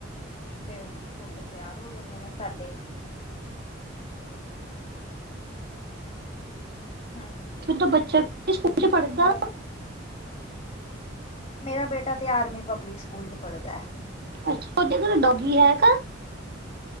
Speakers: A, on the left (about 35°); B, on the right (about 55°).
A: ਫੇਰ ਅ ਛੋਲੇ ਤਿਆਰ ਹੋ ਜਾਂਦੇ ਨੇ ਸਾਡੇ। ਹਾਂਜੀ।
B: ਤ ਬੱਚਾ ਸਕੂਲ ਕੇੜੇ ਚ' ਪੜ੍ਹਦਾ?
A: ਹੋਰ ਮੇਰਾ ਬੇਟਾ ਤੇ ਆਰਮੀ ਪਬਲਿਕ ਸਕੂਲ 'ਚ ਪੜ੍ਹਦਾ।
B: ਅੱਛਾ, ਤਹਾਡੇ ਘਰੇ ਡੋਰੀ ਹੈਗਾ?